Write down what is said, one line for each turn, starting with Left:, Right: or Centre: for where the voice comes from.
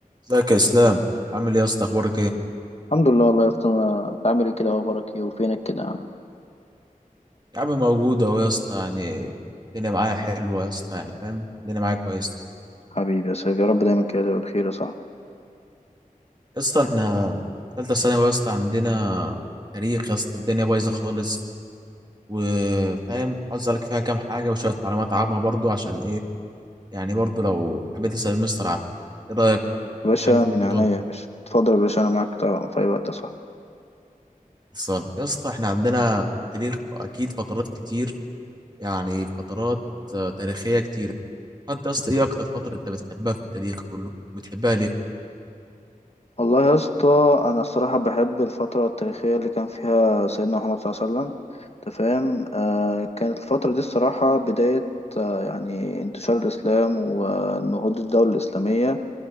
Right: ازيك يا اسلام عامل ايه يا اسطى اخبارك ايه
Left: الحمد لله والله يا اسطى أنا- انت عامل ايه كده اخبارك ايه وفينك كده يا عم
Right: يا عم موجود اهو يا اسطى يعني الدنيا معايا حلوه يا اسطى يعني فاهم الدنيا معايا كويس
Left: حبيبي يا سيدي يا رب دايما كده تبقى بخير يا صاحبي
Right: يا اسطى احنا ثالثه ثانوي يا اسطى عندنا تاريخ يا اسطى الدنيا بايظه خالص وفاهم عاوز اسالك فيها كام حاجه وشويه معلومات عامه برضو عشان ايه يعني برضو لو حبيت اسال المستر عن ايه رايك
Left: يا باشا
Right: كان في
Left: من
Right: الموضوع
Left: عينيا
Right: ده
Left: يا باشا اتفضل يا باشا انا معاك طبعا في اي وقت يا صاحبي
Right: خلصانه يا اسطى احنا عندنا في التاريخ اكيد فترات كتير يعني فترات آه، تاريخيه كتير انت يا اسطى ايه اكتر فتره انت بتحبها في التاريخ كله بتحبها ليه
Left: والله يا اسطى انا الصراحه بحب الفتره التاريخيه اللي كان فيها سيدنا محمد صلى الله عليه وسلم انت فاهم آه كانت الفتره دي الصراحه بدايه آه يعني انتشار الاسلام ونهوض الدوله الاسلاميه